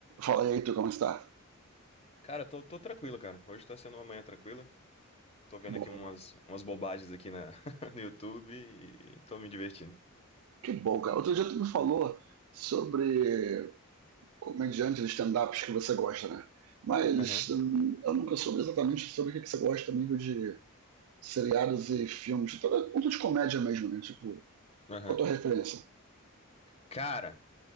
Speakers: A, on the right (about 80°); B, on the left (about 30°).
A: Fala aí, tu, como está?
B: Cara, tô, tô tranquilo, cara. Hoje tá sendo uma manhã tranquila. Tô
A: Que
B: vendo
A: bom.
B: aqui umas, umas bobagens aqui na, <laughs> no YouTube e tô me divertindo.
A: Que bom, cara. Outro dia tu me falou sobre comediantes de stand-ups que você gosta, né? Mas
B: Aham,
A: hum, eu nunca soube exatamente sobre o que que você gosta a nível de seriados e filmes. Então, é ponto de comédia mesmo, né? Tipo,
B: aham.
A: qual a tua referência?
B: Cara,